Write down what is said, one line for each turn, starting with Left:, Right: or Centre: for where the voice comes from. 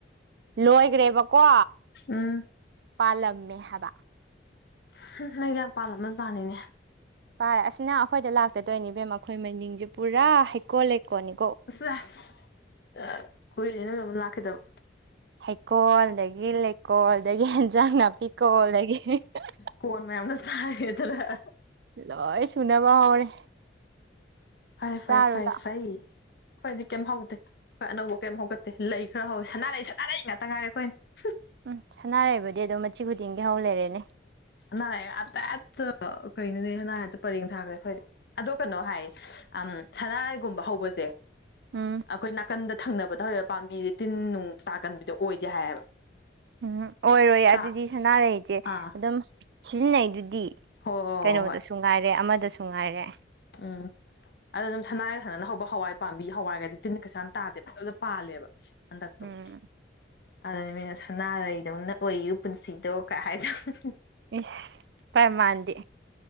Right: ꯂꯣꯏꯒ꯭ꯔꯦꯕꯀꯣ
Left: ꯎꯝ
Right: ꯄꯥꯜꯂꯝꯃꯦ ꯍꯥꯏꯕ
Left: <unintelligible> ꯌꯥꯝ ꯄꯥꯜꯂꯝꯃꯥꯖꯥꯠꯅꯤꯅꯦ
Right: ꯄꯜ ꯑꯁꯅꯪ ꯑꯈꯣꯏꯗ ꯂꯥꯛꯇꯥꯇꯣꯏꯅꯤ ꯕꯦꯝꯃꯥ ꯈꯣꯏ ꯃꯅꯤꯡꯁꯦ ꯄꯨꯔꯥ ꯍꯩꯀꯣꯜ ꯂꯩꯀꯣꯜꯅꯤ
Left: ꯑꯁ ꯁꯥꯁ <unintelligible> ꯀꯨꯏꯔꯦ ꯅꯣꯏꯔꯣꯝꯗ ꯂꯥꯛꯈꯤꯗꯕ
Right: ꯍꯩꯀꯣꯜꯗꯒꯤ ꯂꯩꯀꯣꯜꯗꯒꯤ ꯍꯟꯖꯥꯡ ꯅꯥꯄꯤ ꯀꯣꯜꯗꯒꯤ <unintelligible>
Left: ꯀꯣꯟ ꯃꯌꯥꯝꯑꯝꯅ ꯆꯥꯏꯔꯦꯗꯔꯥ <unintelligible>
Right: ꯂꯣꯏ ꯁꯨꯅꯕ ꯍꯧꯔꯦ
Left: ꯐꯥꯔꯦ ꯐꯥꯔꯦ
Right: ꯆꯥꯔꯨ
Left: ꯐꯩ ꯐꯩ ꯈꯣꯏꯗꯤ ꯀꯦꯝ ꯍꯧꯗꯦ ꯈꯣꯏ ꯑꯅꯧꯕ ꯀꯦꯝ ꯍꯧꯒꯠꯇꯦ ꯂꯩ ꯈ꯭ꯔꯥ ꯍꯧꯋꯦ ꯁꯥꯅꯥꯔꯩ ꯁꯥꯅꯥꯔꯩ ꯉꯛꯇꯥ ꯉꯥꯏꯔꯦ ꯈꯣꯏꯅ <unintelligible>
Right: ꯎꯝ ꯁꯥꯟꯅꯥꯔꯩꯕꯨꯗꯤ ꯑꯗꯨꯝ ꯃꯆꯤ ꯈꯨꯗꯤꯡꯒꯤ ꯍꯧ ꯂꯩꯔꯦꯅꯦ
Left: ꯁꯅꯥꯔꯩ <unintelligible> ꯄꯦꯠꯇꯥ ꯀꯩꯅꯣꯅꯦ ꯁꯅꯥꯔꯩ ꯉꯛꯇꯥ ꯄꯔꯦꯡ ꯊꯥ ꯈ꯭ꯔꯦ ꯑꯩꯈꯣꯏꯗꯤ ꯑꯗꯣ ꯀꯩꯅꯣ ꯍꯥꯏ ꯑꯝ ꯁꯥꯟꯅꯥꯔꯩꯒꯨꯝꯕ ꯍꯧꯕꯖꯦ
Right: ꯎꯝ
Left: ꯑꯈꯣꯏ ꯅꯥꯀꯟꯗ ꯊꯪꯅꯕ ꯇꯧꯔꯤꯕ ꯄꯥꯝꯕꯤꯁꯦ ꯇꯤꯟ ꯅꯨꯡ ꯇꯥꯒꯟꯕꯤꯗꯣ ꯑꯣꯏꯗꯦ ꯍꯥꯏꯌꯦꯕ
Right: ꯎꯝ ꯑꯣꯏꯔꯣꯏ ꯑꯗꯨꯗꯤ
Left: ꯇꯥ
Right: ꯁꯅꯥꯔꯩꯖꯦ
Left: ꯑꯥ
Right: ꯑꯗꯨꯝ ꯁꯤꯖꯤꯟꯅꯩꯗꯨꯗꯤ
Left: ꯍꯣꯏ ꯍꯣꯏ ꯍꯣꯏ
Right: ꯀꯩꯅꯣꯗꯁꯨ
Left: ꯍꯣꯏ
Right: ꯉꯥꯏꯔꯦ ꯑꯃꯗꯁꯨ ꯉꯥꯏꯔꯦ
Left: ꯎꯝ ꯑꯗꯨꯗꯨꯝ ꯁꯥꯟꯅꯔꯩ ꯐꯥꯖꯅ ꯍꯧꯕ ꯍꯋꯥꯏ ꯄꯥꯝꯕꯤ ꯍꯋꯥꯏꯒꯁꯦ ꯇꯤꯟ ꯀꯩꯥꯁꯨ ꯌꯥꯝ ꯇꯥꯗꯦ ꯐꯥꯖ ꯐꯥꯖꯕ ꯄꯥꯜꯂꯦꯕ <unintelligible> ꯍꯗꯥꯛꯇꯣ
Right: ꯎꯝ
Left: <unintelligible> ꯑꯗꯨꯅ ꯃꯤꯅ ꯁꯅꯥꯔꯩꯗꯧꯅ ꯑꯣꯏꯌꯨ ꯄꯨꯟꯁꯤꯗꯣ ꯀꯥꯏ ꯍꯥꯏꯗꯣ <unintelligible>
Right: ꯏꯁ ꯄ꯭ꯔꯃꯥꯟꯗꯤ